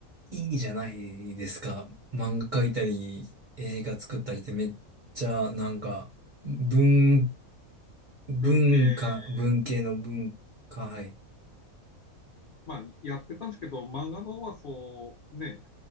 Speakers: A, on the right; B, on the left.
A: いいじゃないですか。漫画描いたり、映画作ったりってめっちゃなんか、文、文化、
B: 文系、
A: 文系の文化、はい。
B: まあ、やってたんですけど、漫画の方はそう、ね、